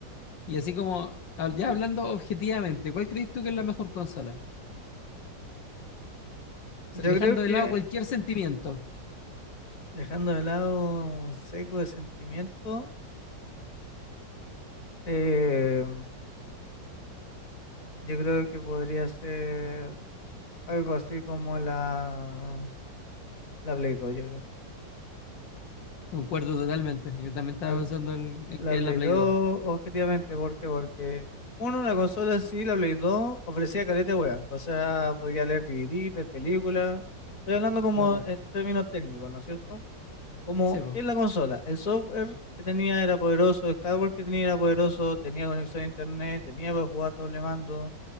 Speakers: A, on the left; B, on the left.
A: Y así como, hab- ya hablando objetivamente, ¿cuál crees tú que es la mejor consola? O sea,
B: Yo
A: Dejando
B: creo
A: de
B: que,
A: lado cualquier sentimiento.
B: dejando de lado un seco de sentimiento, eh, yo creo que podría ser algo así como la, la Play 2, yo creo.
A: Concuerdo totalmente. Yo también estaba
B: La,
A: pensando en, en
B: La
A: que es
B: Play
A: la Play
B: 2,
A: dos.
B: objetivamente, ¿por qué? Porque, uno, la consola en sí, la Play 2, ofrecía caleta de wea. O sea, podía leer DVD, ver películas. Estoy hablando como
A: Claro.
B: en términos técnicos, ¿no es cierto? Como,
A: Sí, po.
B: ¿qué es la consola? El software que tenía era poderoso, el hardware que tenía era poderoso, tenía conexión a internet, tenía para jugar doble mando,